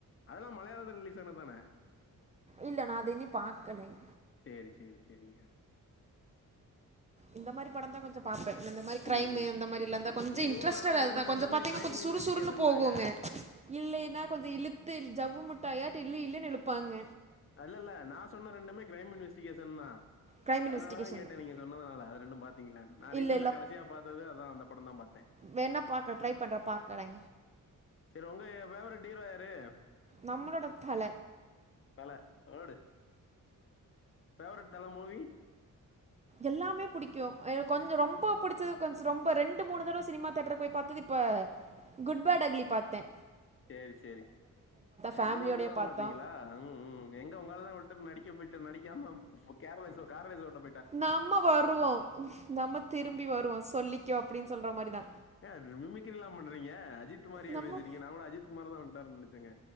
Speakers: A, on the left; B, on the right.
A: அதல்லா மலையாளதுல ரிலீஸ் ஆனது தான
B: இல்ல நா அத இன்னியு பாக்கலேங்
A: சேரி சேரி சேரிங்க
B: இந்த மாரி படந்தா கொஞ்சோ பாப்பே இந்த மாரி கிரைமு
A: ம்
B: அந்த மாரில்லா தா கொஞ்சோ
A: இதுவு
B: இன்ட்ரெஸ்ட்டடா
A: நா சொன்ன
B: அதுதா
A: ரெண்டுமே
B: கொஞ்சோ பாத்தீங்கனா
A: கிரைம்
B: கொஞ்சோ சுர்
A: இன்வெஸ்டிகேஷன்
B: சுர்ருன்னு போகுங்க
A: தாங்க
B: இல்லைன்னா கொஞ்சோ இலுத்து ஜவ்வு முட் டாயாட்டு இல்லு இல்லுன்னு இலுப்பாங்க
A: அல்லல்ல நா சொன்ன ரெண்டுமே கிரைம் இன்வெஸ்டிகேஷன் தா
B: க்ரைம்
A: அதனாலதா
B: இன்வெஸ்டிகேஷன்
A: கேட்டே
B: தான்
A: நீங்க சொன்னதுனால அது ரெண்டும் பாத்தீங்கலான்னு நா ரீசெண்டா
B: இல்லை
A: கடசியா பாத்தது அதா அந்த படம் தா பாத்தே
B: வேண்ணா பாக்க ட்ரை பண்றே பாக்கறே
A: சேரி உங்க எ ஃபேவரட் ஹீரோ யாரு
B: நம்மளோட தல
A: தல ஓடு ஃபேவரட் தல மூவி
B: எல்லாமே புடிக்கு ஏ கொஞ்சோ ரொம்ப புடிச்சது கொஞ்சோ ரொம்ப ரெண்டு மூணு தடவ சினிமா தேட்டர்க்கு போய் பாத்தது இப்ப குட் பேட் அங்க்லி பாத்த
A: சேரி சேரி சேரி ரெண்டு
B: ஃபேமிலியோடயே
A: மூணு தடவ
B: பாத்தோ
A: பாத்தீங்ளா ம் ம் எங்க உங்காளுதா வுட்டு மேர் டிக்க போயிட்டு நடிக்காம கேர் ரேஸ் கார் ரேஸ் ஓட்டப்
B: நம்ம வருவோ நம்ம திரும்பி வருவோ சொல்லிக்கோ அப்டின்னு சொல்ற மாரிதா
A: ஏ அது மிமிக்ரில்லா பண்றீங்க அஜித் மாரியே
B: நம்ம
A: பேசுறீங்க நா கூட அஜித் குமார் தா வன்டாருன்னு நெனச்சங்க